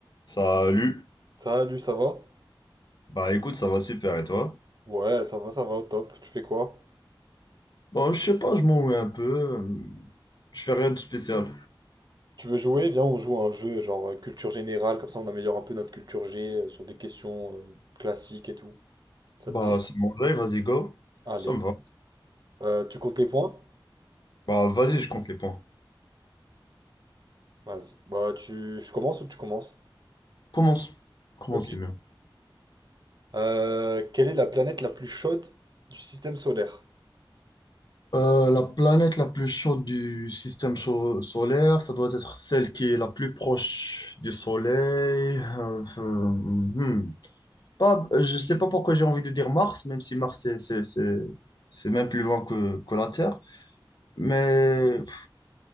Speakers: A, on the left; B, on the right.
A: Salut.
B: Salut, ça va?
A: Bah écoute, ça va super et toi?
B: Ouais, ça va, ça va, au top. Tu fais quoi?
A: Bon, je sais pas, je m'ennuie un peu. euh, Je fais rien de spécial.
B: Tu veux jouer? Viens, on joue à un jeu genre euh, culture générale, comme ça on améliore un peu notre culture G euh, sur des questions euh, classiques et tout. Ça
A: Bah
B: te dit?
A: c'est mon live, vas-y go.
B: Allez.
A: Ça me va.
B: Euh, tu comptes les points?
A: Bah vas-y, je compte les points.
B: Vas-y. Bah, tu... Je commence ou tu commences?
A: Commence. Commence,
B: Ok.
A: c'est mieux.
B: Euh, quelle est la planète la plus chaude du système solaire?
A: Euh, la planète la plus chaude du système cho- solaire, ça doit être celle qui est la plus proche du Soleil. Euh, euh, hmm. Pas, euh, je sais pas pourquoi j'ai envie de dire Mars, même si Mars c'est c'est- c'est- c'est même plus loin que, que la Terre. Mais pff,